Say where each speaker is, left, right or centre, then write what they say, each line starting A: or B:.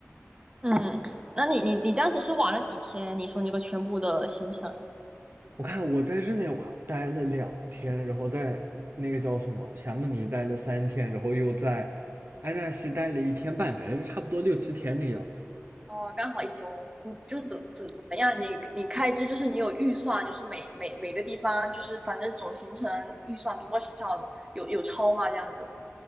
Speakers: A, on the right; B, on the right.
A: 嗯，那你你你当时是玩了几天？你说那个全部的行程？
B: 我看我在日内瓦待了两天，然后在那个叫什么霞慕尼待了三天，然后又在安纳西待了一天半，反正就差不多六七天那个样子。
A: 哦，刚好一周，你就是怎么怎怎么样？你你开支就是你有预算，就是每每每个地方就是反正总行程预算多少有有超吗？这样子